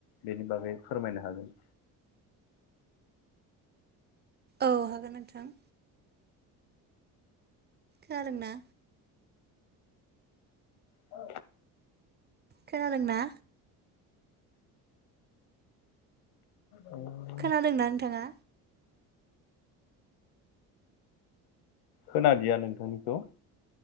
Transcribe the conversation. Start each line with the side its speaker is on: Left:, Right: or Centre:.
Left: बेनि बागै फोरमायनो हागोन।
Right: औ हागोन नोंथां। गल ना।
Left: औ।
Right: खोनादों ना?
Left: अ।
Right: खोनादों ना नोंथाङा?
Left: खोनादया नोंथांनिखौ